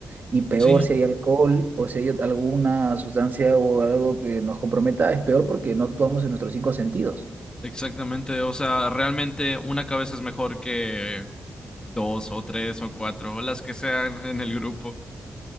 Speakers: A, on the right; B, on the left.
A: Y peor
B: Sí,
A: si hay alcohol o si hay ot- alguna sustancia o algo que nos comprometa, es peor porque no actuamos en nuestros cinco sentidos.
B: exactamente. O sea, realmente una cabeza es mejor que dos o tres o cuatro, o las que sean en el grupo.